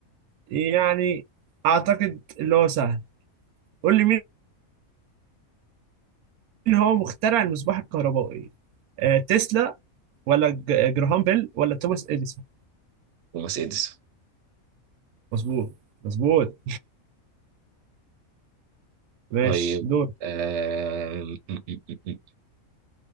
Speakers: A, on the right; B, on the right.
A: يعني اعتقد اللي هو سهل قول لي مين هو مخترع المصباح الكهربائي أه... تسلا ولا ج- جراهام بيل ولا توماس اديسون
B: توماس إديسون
A: مظبوط مظبوط ماشي
B: طيب
A: دور
B: آم، م- م- م- م.